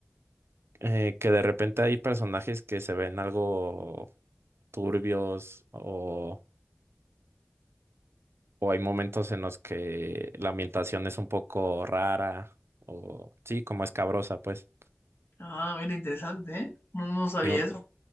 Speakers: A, on the right (about 85°); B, on the left (about 70°).
A: Eh, que de repente hay personajes que se ven algo turbios o, o hay momentos en los que la ambientación es un poco rara o sí, como escabrosa, pues.
B: Ah, mira, interesante, ¿eh? No, no sabía
A: Y, un,
B: eso.